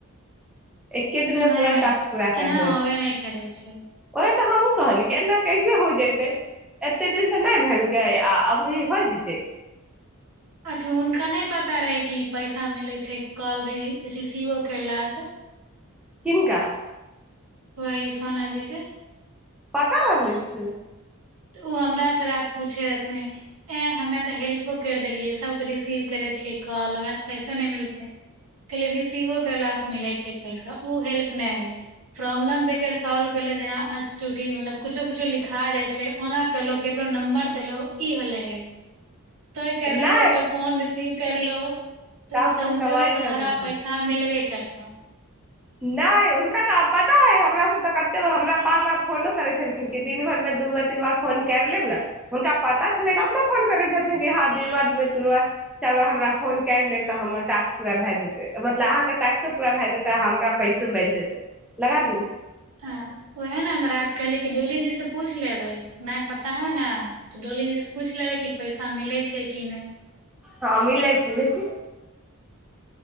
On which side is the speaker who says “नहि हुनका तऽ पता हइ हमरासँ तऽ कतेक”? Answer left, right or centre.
Centre